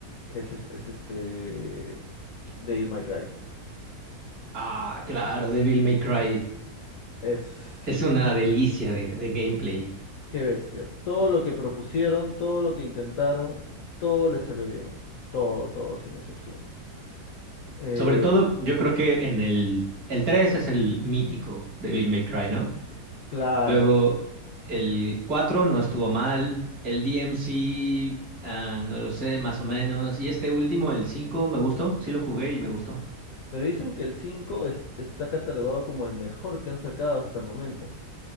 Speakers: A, on the left (about 65°); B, on the right (about 60°).
A: es, es- es este Devil May Cry.
B: Ah, claro, Devil May Cry.
A: Es, sí,
B: Es una delicia de de gameplay.
A: qué bestia. Todo lo que propusieron, todo lo que intentaron, todo les salió bien. Todo, todo, sin excepción. Eh,
B: Sobre todo, yo creo que en el, el 3 es el mítico de Devil May Cry, ¿no?
A: claro,
B: Luego, el 4 no estuvo mal, el DMC, ah, no lo sé, más o menos, y este último, el 5 me gustó, sí lo jugué y me gustó.
A: pero dicen que el 5 es- está catalogado como el mejor que han sacado hasta el momento.